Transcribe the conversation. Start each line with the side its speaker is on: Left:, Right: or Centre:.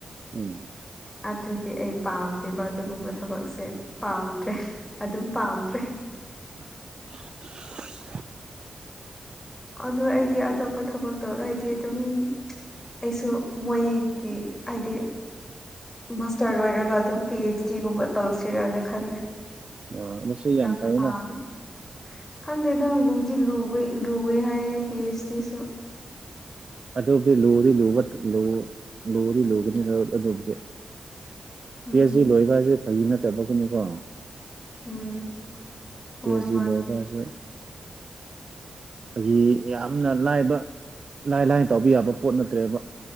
Right: ꯎꯝ
Left: ꯑꯗꯨꯒꯤ ꯑꯩ ꯄꯥꯝꯗꯦꯕ ꯑꯗꯨꯒꯨꯝꯕ ꯊꯕꯛꯁꯦ ꯄꯥꯝꯗ꯭ꯔꯦ ꯑꯗꯨꯝ ꯄꯥꯝꯗ꯭ꯔꯦ
Right: <unintelligible>
Left: ꯑꯗꯨ ꯑꯩꯗꯤ ꯑꯇꯣꯞꯄ ꯊꯕꯛꯇꯣ ꯑꯩꯗꯤ ꯑꯗꯨꯝ ꯑꯩꯁꯨ ꯃꯣꯏꯒꯤ ꯍꯥꯏꯗꯤ ꯃꯥꯁꯇꯔ ꯂꯣꯏꯔꯒ ꯑꯗꯨꯝ ꯄꯤ ꯑꯩꯆꯗꯤ ꯒꯨꯝꯕ ꯇꯧꯁꯤꯔꯥꯅ ꯈꯜꯂꯦ
Right: ꯑꯣ ꯑꯗꯨꯁꯨ
Left: ꯑꯦꯗꯝ
Right: ꯌꯥꯝ ꯐꯩꯅ
Left: ꯊꯥꯔꯦ ꯈꯪꯗꯦꯗ ꯂꯨꯗꯤ ꯂꯨꯕꯩ ꯂꯨꯋꯦ ꯍꯥꯏꯌꯦ ꯄꯤ ꯑꯩꯆ ꯗꯤꯁꯨ
Right: ꯑꯗꯣꯞꯗꯤ ꯂꯨꯗꯤ ꯂꯨꯕꯥ ꯂꯨ ꯂꯨꯗꯤ ꯂꯨꯕꯅꯤꯅꯥ ꯑꯗꯨꯞꯇꯤ
Left: ꯎꯝ
Right: ꯄꯦꯑꯦꯁꯤ ꯂꯣꯏꯕꯁꯦ ꯐꯒꯤ ꯅꯠꯇꯕꯒꯤꯅꯤꯀꯣ
Left: ꯎꯝ
Right: ꯄꯦꯖꯤ
Left: ꯍꯣꯏ ꯃꯥꯅꯦ
Right: ꯂꯣꯏꯕꯁꯦ ꯐꯥꯒꯤ ꯌꯥꯝꯅ ꯂꯥꯏꯕ ꯂꯥꯏ ꯂꯥꯏꯅ ꯇꯧꯕ ꯌꯥꯕ ꯄꯣꯠ ꯅꯠꯇ꯭ꯔꯦꯕ